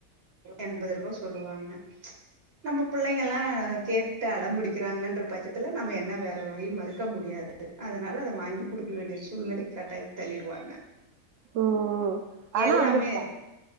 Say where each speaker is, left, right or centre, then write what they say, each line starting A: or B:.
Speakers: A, on the right; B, on the right.
A: எண்பது ரூபா சொல்லுவாங்க நம்ம புள்ளைங்கல்லாம் கேட்டு அடம்புடிக் கிறாங்கன்ற பச்சத்துல நம்ம என்ன வேற வழி மறுக்க முடியாது அதனால அத வாங்கி குடுக்க வேண்டிய சூழ்நிலைக் கட்டாயம் தள்ளிருவாங்க
B: ம் ஆனா
A: எல்லாமே
B: அப்டிப் பா
A: இருக்கு